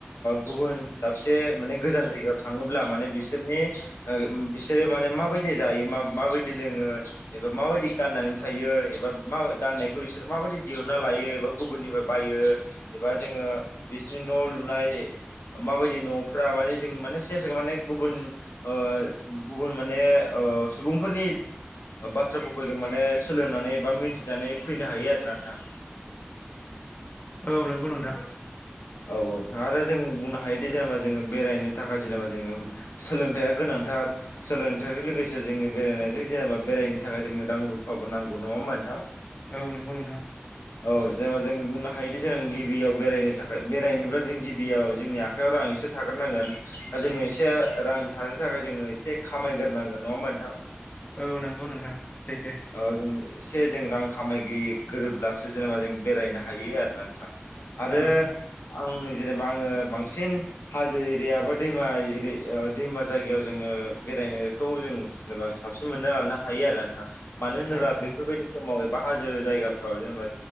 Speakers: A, on the left; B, on the left.
A: गुबुन दाबसे माने गोजान जायगायाव थाङोब्ला माने बिसोरनि बिसोरो माने माबाय दि जायो मा माबायदि लोङो एबा माबायदि गाननानै थायो एबा मा गाननायखौ बिसोर माबायदि दिहुनना लायो एबा गुबुननिफ्राय बायो एबा जोङो बिसिनो न' लुनाय माबायदि न'फ्रा माने जों माने सेस माने गुबुन -गुबुन माने सुबुंफोरनि बाथ्राफोरखौ जों माने सोलोंनानै बा मिथिनानै फैनो हायो आरो ना नोंथां।
B: औ नंगौ नोंथां।
A: औ औ आरो जों बुंनो हायोदि जेनेबा जोङो बेरायनो थाखाय जेनेबा जोङो सोलोंथाइआ गोनांथार सोलोंथाइजों लोगोसे जोङो बेरायनायजों जेनेबा बेरायनो थाखाय जोङो रां रुफाबो नांगौ नङा होमबा नोंथां?
B: औ नंगौ नोंथां।
A: औ जेनेबा जों बुंनो हायोदि जेन गिबियाव बेरायनो थाखाय बेरायनोब्ला जों गिबियाव जोंनि आखाइयाव रां एसे थाग्रोनांगोन बा जोङो एसे रां थानो थाखाय जोङो एसे खामायग्रोनांगोन नङा होमबा नोंथां?
B: औ नंगौ नोंथां सैथो।
A: ओ जों एसे जों रां खामाय गो गोरोब्लासो जेनेबा जों बेरायनो हायो आरोना नोंथां आरो
B: औ नोंथां
A: आं जेनेबा आङो बांसिन हाजो एरिया बा दैमा दैमा जायगायाव जोङो बेरायनायखौ जों जेनेबा साबसिन मोनना लानो हायो आरो नोंथां। मानो होनोबा
B: औ नोंथां
A: बेफोरबायदि समाव बा हाजो जायगाफ्राव जेनेबा